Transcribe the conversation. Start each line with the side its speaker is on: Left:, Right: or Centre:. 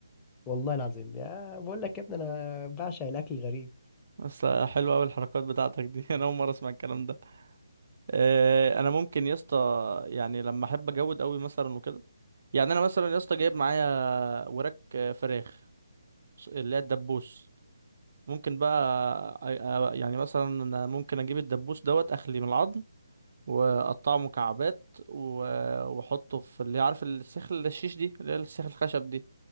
Left: والله العظيم يا بقول لك يا ابني أنا بعشق الأكل الغريب
Right: بس حلوه قوي الحركات بتاعتك دي <laughs> انا اول مره اسمع الكلام ده آه، انا ممكن يا اسطى يعني لما احب اجود قوي مثلا وكده يعني انا مثلا يا اسطى جايب معايا وراك آه، فراخ اللي هي الدبوس ممكن بقى أ- أ- يعني مثلا أنا ممكن اجيب الدبوس دوت اخلي من العظم واقطعه مكعبات و- واحطه في اللي عارف السيخ الشيش دي اللي هي السيخ الخشب دي